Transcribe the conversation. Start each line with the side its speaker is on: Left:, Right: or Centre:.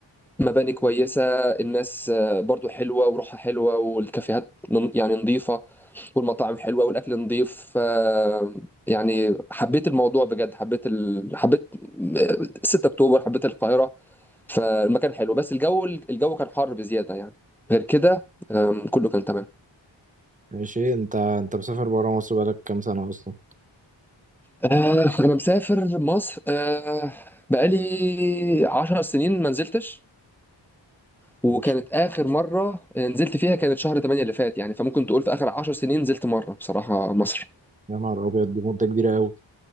Centre: مباني كويسة الناس آه، برضو حلوة وروحها حلوة والكافيهات نن- يعني نظيفة والمطاعم حلوة والأكل نظيف آه، يعني حبيت الموضوع بجد حبيت ال... حبيت آه، 6 أكتوبر حبيت القاهرة فالمكان حلو بس الجو الجو كان حر بزيادة يعني غير كده آم، كله كان تمام
Right: ماشي انت انت مسافر بره مصر بقالك كام سنه اصلا
Centre: آه، أنا مسافر مصر آه، بقالي 10 سنين ما نزلتش وكانت
Right: ماشي.
Centre: اخر مره نزلت فيها كانت شهر 8 اللي فات يعني فممكن تقول في اخر 10 سنين نزلت مره بصراحه مصر
Right: يا نهار ابيض دي مده كبيره قوي